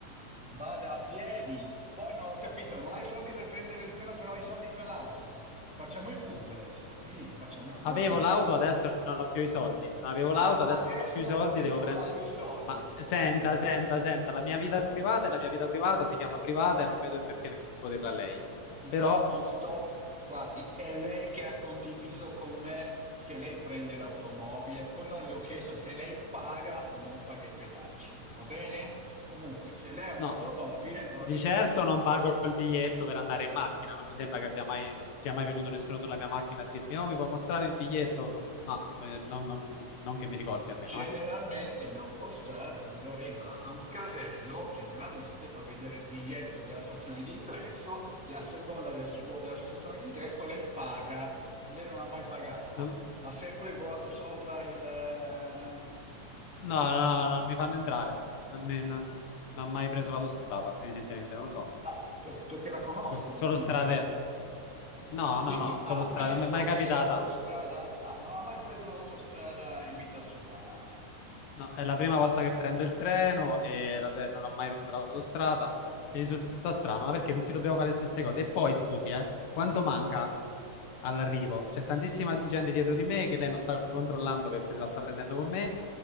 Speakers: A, in the centre; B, on the left.
A: vada a piedi. Poi non ho capito, non hai soldi per prendere il treno, però hai soldi per l'auto. Facciamo i furbi adesso. Mi dica, facciamo i furbi.
B: Avevo l'auto, adesso non ho più i soldi. Non avevo
A: Ah,
B: l'auto, adesso
A: adesso,
B: non ho più i soldi,
A: adesso
B: devo prendere...
A: non ha più i soldi.
B: Ma senta, senta, senta, la mia vita privata è la mia vita privata, si chiama privata e non vedo il perché devo dirla a lei.
A: Io
B: Però
A: non sto, guardi, è lei che ha condiviso con me che lei prende l'automobile, poi non le ho chiesto se lei paga o non paga i pedaggi, va bene? Comunque, se lei ha un'automobile,
B: No,
A: probabilmente...
B: di certo non pago il biglietto per andare in macchina, non mi sembra che abbia mai, sia mai venuto nessuno sulla mia macchina a dirmi, oh, mi puoi mostrare il biglietto? Ma eh, non, non- non che mi ricordi almeno,
A: Generalmente
B: eh.
A: in autostrada, quando arriva a un casello, generalmente fa vedere il biglietto della stazione d'ingresso e a seconda del suo- della sua stazione d'ingresso lei paga. Lei non ha mai pagato,
B: Non-
A: ha sempre volato sopra il... eh, Ah, non
B: No,
A: mi dica,
B: no,
A: cioè.
B: no, non mi fanno entrare, non, mi- non- non ho mai preso l'autostrada, evidentemente, non lo so.
A: Ah, per- perché la conoscono,
B: Solo
A: quindi.
B: strade, no,
A: Quindi
B: no, no,
A: ha
B: solo
A: ammesso
B: strade, non mi è mai
A: che
B: capitata.
A: in autostrada... Ah, non ha mai preso l'autostrada in vita sua.
B: No, è la prima volta che prendo il treno e la pre- non ho mai preso l'autostrada. Mi risulta strano, ma perché tutti dobbiamo fare le stesse cose? E poi, scusi, eh, quanto manca all'arrivo? C'è tantissima gente dietro di me che lei non sta controllando perché se la sta prendendo con me